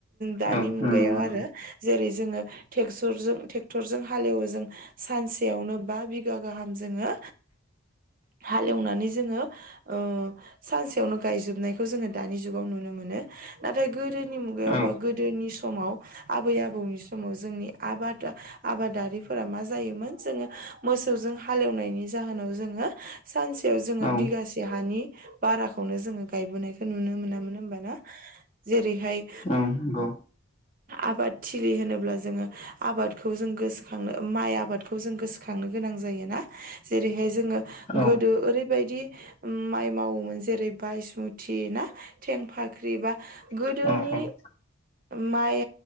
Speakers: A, on the right; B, on the left.
A: दानि
B: औ
A: मुगायाव
B: नंगौ नंगौ
A: आरो जेरै जोंङो <unintelligible> ट्रेक्टरजों हालेवो जों सानसेयावनो बा बिगा गाहाम जोङो हालेवनानै जोङो ओ सानसेयावनो गायजोबनायखौ जोङो दानि जुगाव नुनो मोनो मोनो नाथाय गोदोनि मुगायाव
B: औ
A: बा गोदोनि समाव आबै आबौनि समाव जोंनि आबादा आबादारिफोरा मा जायोमोन जोङो मोसौजों हालेवनायनि जाहोनाव जोङो सानसेयाव जोङो
B: औ
A: बिगासे हानि बाराखौनो जोङो गायबोनायखौ नुनो मोनामोन होमबा जेरैहाय
B: औ नंगौ
A: आबादथिलि होनोब्ला जोङो आबादखौ जों गोसोखांनो माइ आबादखौ जों गोसोखांनो गोनां जायोना जेरैहाय जोङो
B: औ
A: गोदो ओरैबायदि माइ मावोमोन जेरै बायसमुथि ना थेंफाख्रि बा गोदोनि
B: औ औ
A: माइ